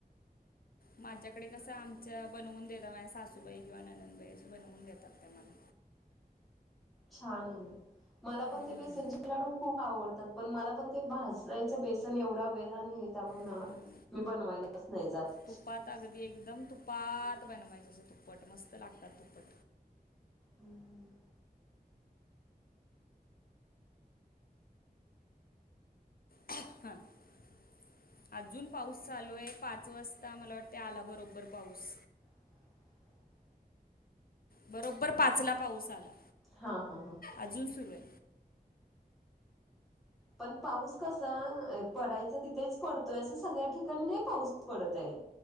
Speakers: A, on the left; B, in the centre.
A: माझ्याकडे कसं आमच्या बनवून देतात. माझ्या सासूबाई किंवा ननंदबाई असे बनवून देतात त्या मला.
B: छान ए ना. मला पण
A: हम्म,
B: ते बेसनचे लाडू खूप आवडतात. पण मला पण ते भाजायचं बेसन एवढा वेळ आणि- त्यामुळे
A: हम्म.
B: ना मी बनवायलाच नाही जात.
A: तुपात अगदी एकदम तुपात बनवायचं. असं तुप्पट मस्त लागतात तुप्पट.
B: हं.
A: स अजून पाऊस चालू ए. पाच वाजता मला वाटते आला बरोबर पाऊस.
B: ह
A: बरोबर पाचला पाऊस आला.
B: हो. हो. हो.
A: अजून सुरू ए.
B: पण पाऊस कसा पडायचा तिथेच पडतोय. असं सगळ्या ठिकाणी नाही पाऊस पडत ए.